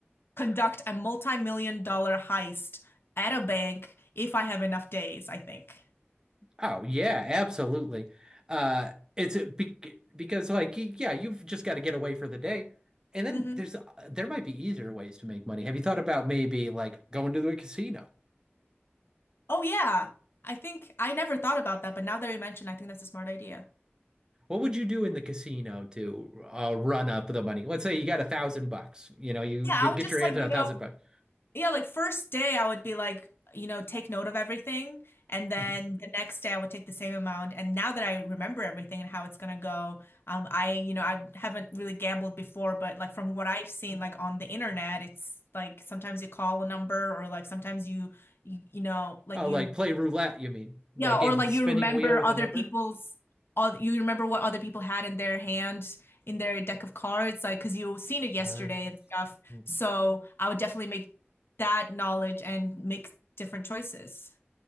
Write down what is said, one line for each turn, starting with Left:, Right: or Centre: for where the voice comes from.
Left: conduct a multi-million dollar heist at a bank if I have enough days, I think.
Right: Oh, yeah, absolutely. Uh it's a, be because like y- yeah, you've just got to get away for the day. And then
Left: hmm
Right: there's uh, there might be easier ways to make money. Have you thought about maybe like going to the casino?
Left: Oh yeah. I think I never thought about that, but now that you mention, I think that's a smart idea.
Right: What would you do in the casino to uh, run up the money? Let's say you got a thousand bucks. You know, you
Left: Yeah,
Right: could
Left: I would
Right: get
Left: just
Right: your hand
Left: like,
Right: on
Left: you
Right: a
Left: know,
Right: thousand bucks.
Left: yeah, like first day I would be like, you know, take note of everything. And then
Right: Mhm.
Left: the next day I would take the same amount. And now that I remember everything and how it's gonna go, um, I, you know, I haven't really gambled before, but like from what I've seen, like on the internet, it's like sometimes you call a number or like sometimes you, you, you know, like
Right: Oh,
Left: you
Right: like play roulette, you mean? The
Left: yeah,
Right: game
Left: or
Right: with
Left: like
Right: the spinning
Left: you remember
Right: wheel with
Left: other
Right: a number?
Left: people's, oth- you remember what other people had in their hand, in their deck of cards, like because you seen it yesterday
Right: Uh,
Left: and stuff.
Right: mhm.
Left: So I would definitely make that knowledge and make different choices.